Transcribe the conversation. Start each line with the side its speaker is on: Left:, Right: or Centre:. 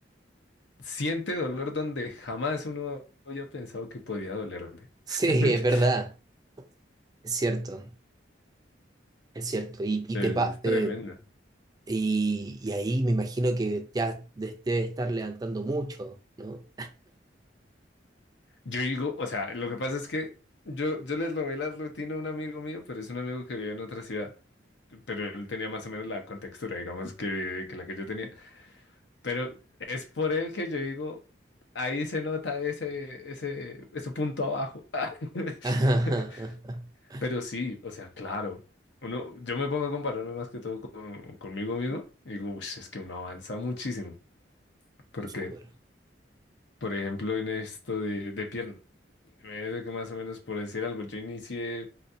Left: siente dolor donde jamás uno había pensado que podía dolerle.
Right: sí,
Left: <laughs>
Right: es verdad. Es cierto, es cierto. Y, y,
Left: Es
Right: te pa- te-
Left: tremendo.
Right: y, y ahí me imagino que ya de- debe estar levantando mucho, ¿no?
Left: Yo digo, o sea, lo que pasa es que yo, yo les robé la rutina a un amigo mío, pero es un amigo que vive en otra ciudad. Pero él tenía más o menos la contextura, digamos, que, que la que yo tenía. Pero es por él que yo digo, ahí se nota ese, ese, ese punto abajo. <laughs>
Right: <laughs>
Left: Pero sí, o sea, claro. Uno, yo me pongo a compararme más que todo con, conmigo mismo y digo, "Ush, es que uno avanza muchísimo. porque
Right: Súper.
Left: Por ejemplo, en esto de, de pierna. Imagínate que más o menos por decir algo, yo inicié